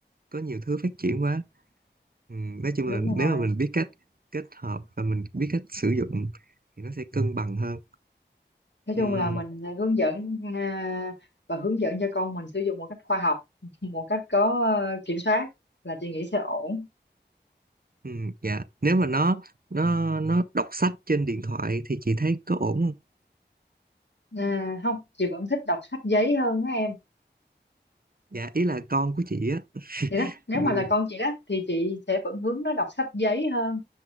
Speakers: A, on the right (about 55°); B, on the left (about 70°).
A: có nhiều thứ phát triển quá Ừm, nói chung
B: đúng
A: là nếu
B: rồi
A: mà mình biết cách kết hợp và mình biết cách sử dụng thì nó sẽ Ừ. cân bằng hơn
B: nói
A: Ừm,
B: chung là mình sẽ hướng dẫn à, và hướng dẫn cho con mình sử dụng một cách khoa học <laughs> một cách có ờ, kiểm soát là chị nghĩ sẽ ổn
A: ừm, dạ nếu mà nó nó nó đọc sách trên điện thoại thì chị thấy có ổn không
B: à, không chị vẫn thích đọc sách giấy hơn á em
A: dạ ý là con của chị á
B: thì đó nếu
A: Ừm,
B: mà là con chị đó thì chị sẽ vẫn hướng nó đọc sách giấy hơn